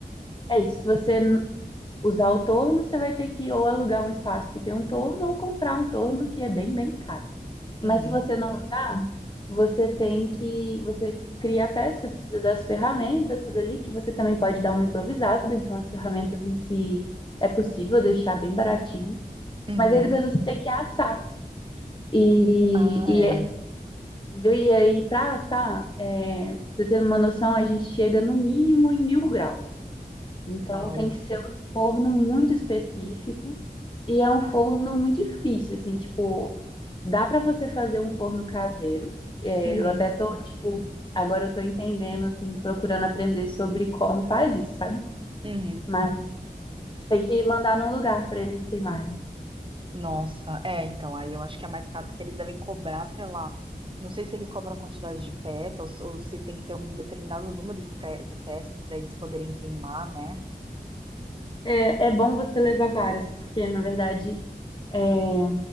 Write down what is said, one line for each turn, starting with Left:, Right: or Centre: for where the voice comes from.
Left: é isso, se você n- usar o torno, você vai ter que ou alugar um espaço que tem um torno ou comprar um torno que é bem, bem caro. Mas
Right: Uhum,
Left: se você não usar, você tem que, você cria a peça, você precisa das ferramentas ali, que você também pode dar uma improvisada, então as ferramentas em si é possível deixar bem baratinho,
Right: uhum.
Left: mas aí depois você tem que assar. E,
Right: Ah,
Left: e,
Right: é.
Left: é- entendeu? e aí, para assar, é, pra você ter uma noção, a gente chega no mínimo em mil graus. Então
Right: Uau.
Left: tem que ser um forno muito específico e é um forno muito difícil, assim, tipo, dá para você fazer um forno caseiro. É,
Right: Uhum,
Left: eu até tô, tipo, agora eu tô entendendo, assim, procurando aprender sobre como faz isso, sabe?
Right: uhum.
Left: Mas tem que mandar num lugar para eles queimarem.
Right: Nossa, é, então, aí eu acho que é mais caro porque eles devem cobrar, sei lá. Não sei se eles cobram a quantidade de peças ou, ou se tem que ter um determinado número de, pre- de peças para eles poderem queimar, né?
Left: É, é bom você levar várias, porque na verdade é,